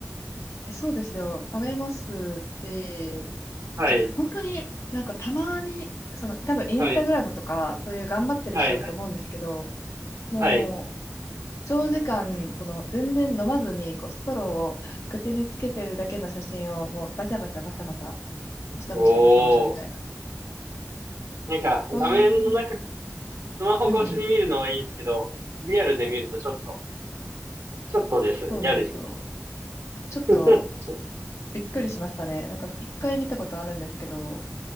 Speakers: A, on the left; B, on the right.
A: え、そうですよ。冷めますし、え、
B: はい、
A: 本当になんかたまに、その多分インスタグラムとかそういう頑張ってる人だと思うんですけど、
B: はい、はい、
A: もう
B: はい。
A: 長時間、その全然飲まずにこうストローを口につけてるだけの写真をもうバシャバシャバシャバシャ、バシャバシャバシャバシャみたいな。
B: おー。なんか、画面の中、
A: そういう、
B: スマホ越しに見るのはいいですけど、
A: うんうん、
B: リアルで見るとちょっと、ちょっとですね、
A: そうなんですよ。
B: 嫌ですね。
A: ちょっと
B: <laughs>
A: びっくりしましたね。なんか一回見たことあるんですけど、